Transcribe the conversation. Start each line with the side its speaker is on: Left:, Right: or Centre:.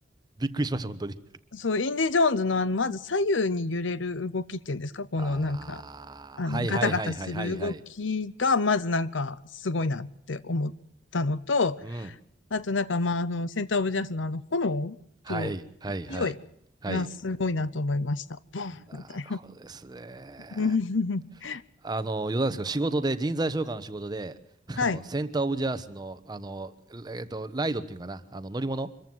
Right: びっくりしました、本当に。
Left: そう、インディ・ージョーンズの、あの、まず左右に揺れる動きっていうんですかこの、
Right: ああ、
Left: なんか、あの、
Right: はいはいはいはいはいはい。
Left: ガタガタする動きが、まずなんか、すごいなって思ったのと、
Right: うん。
Left: あとなんか、まあ、あの、センターオブジャスのあの、炎と勢い
Right: はいはいはい。はい。
Left: がすごいなと思いました。ボンみたいな。
Right: なるほどですね。
Left: <laughs>
Right: あの、余談ですけど、仕事で、人材紹介の仕事で、<laughs>
Left: はい、
Right: あの、センターオブジャースの、あの、えっと、ライドっていうかな、あの、乗り物、